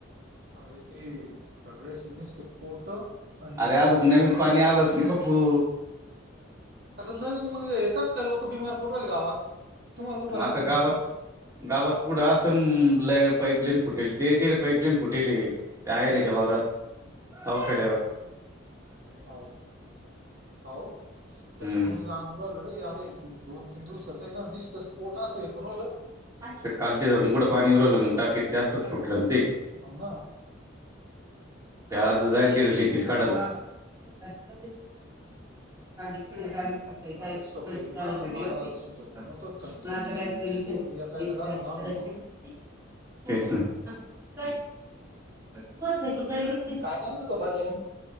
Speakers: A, on the right; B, on the right.
A: अरे ते सगळ्याची नीसती पोट आणि
B: अरे
A: हे
B: अजुक
A: दुखू
B: नवीन
A: राहील
B: पाणी
A: ना
B: आलंच नाही बाप्पू
A: आता नवीन मग हे कसं काय लोक बिमार पडू राहिली गावात तुम्हाला उभं
B: म
A: राहणार
B: आता
A: नाहीत नाही
B: गावात
A: पुन्हा
B: गावात कुंड असणं लई पाईपलाईन फुटेल ते तिकड पाईपलाईन फुटेलेय काय रे जवारा सावखडेया
A: आवो आवो त्याच्यामुळेच
B: हम्म
A: ग रे अरे दोन तीन दिवसाच आहे ना निसतच पोट अस हे करू राहिल.
B: ते कालच्या कुड पाणी येऊं राहिलं मग टाकीत जास्तच फुटलं ते
A: हो ना
B: ते आज जाईल तिकडं लिकेज काढाल्यात ह <unintelligible>
A: अरे सकाळी ना
B: चा
A: मला सुधरत
B: ओे
A: नव्हतं थंडीन ते
B: आता
A: एका येता
B: श
A: दाखवून आलो मग
B: करायची <inaudible> तेच ना
A: काय काय आणलं तो बाजारून